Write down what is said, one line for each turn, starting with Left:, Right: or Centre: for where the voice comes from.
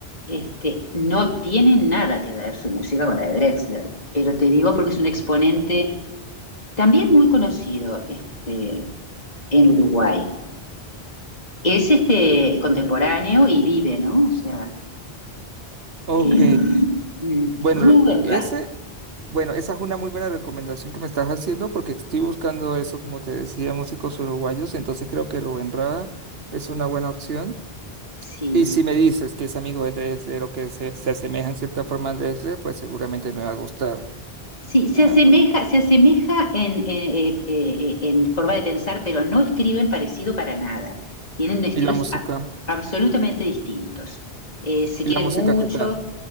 Left: Este, no tiene nada que ver su música con la de Drexler, pero te digo porque es un exponente también muy conocido, este, en Uruguay es este contemporáneo y vive, ¿no? O sea,
Right: Ok,
Left: eh, mm.
Right: Bueno,
Left: Rubén
Right: ese,
Left: Rada.
Right: bueno, esa es una muy buena recomendación que me estás haciendo porque estoy buscando eso, como te decía, músicos uruguayos, entonces creo que Rubén Rada es una buena opción.
Left: Sí.
Right: Y si me dices que es amigo de Dresler o que se, se asemeja en cierta forma a Dresler, pues seguramente me va a gustar.
Left: Sí, se
Right: Ah,
Left: asemeja, se asemeja en, eh, eh, eh, en, forma de pensar, pero no escriben parecido para nada. Tienen estilos
Right: ¿y la música?
Left: a, absolutamente distintos. Eh, se
Right: ¿Y
Left: quieren
Right: la música
Left: mucho.
Right: qué tal?